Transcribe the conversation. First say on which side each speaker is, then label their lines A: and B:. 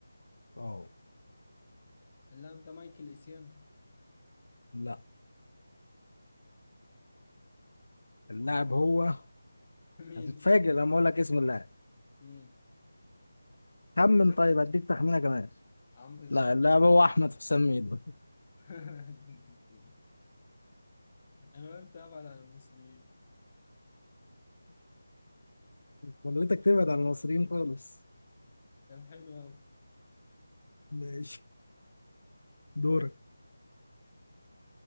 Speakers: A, on the left; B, on the left.
A: اه
B: اللاعب ده مايكل إيسيان
A: لا اللاعب هو
B: <laughs> مين؟
A: هتتفاجئ لما اقول لك اسم اللاعب
B: مين؟
A: خمن
B: عمرو زكي؟
A: طيب هديك تخمينه كمان
B: عمرو زكي
A: لا اللاعب هو احمد حسام ميدو <laughs>
B: <laughs> انا قلت ابعد عن المصريين
A: خليتك تبعد عن المصريين خالص
B: كان حلو قوي
A: ماشي دورك